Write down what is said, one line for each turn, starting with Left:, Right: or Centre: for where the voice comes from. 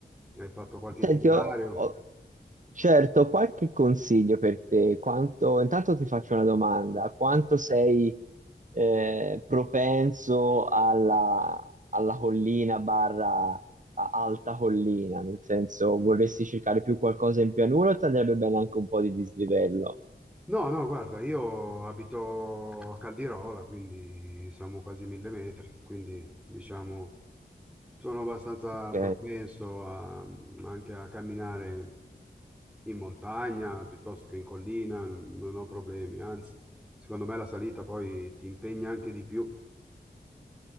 Centre: hai fatto qualche
Right: Senti,
Centre: itinerario?
Right: ho, ho- certo, ho qualche consiglio per te. Quanto, intanto ti faccio una domanda. Quanto sei eh, propenso alla, alla collina barra a- alta collina? Nel senso, vorresti cercare più qualcosa in pianura o ti andrebbe bene anche un po' di dislivello?
Centre: No, no, guarda, io abito a Caldirola, quindi siamo quasi mille metri, quindi diciamo sono abbastanza
Right: Ok.
Centre: propenso a- anche a camminare in montagna piuttosto che in collina, n- non ho problemi, anzi, secondo me la salita poi ti impegna anche di più.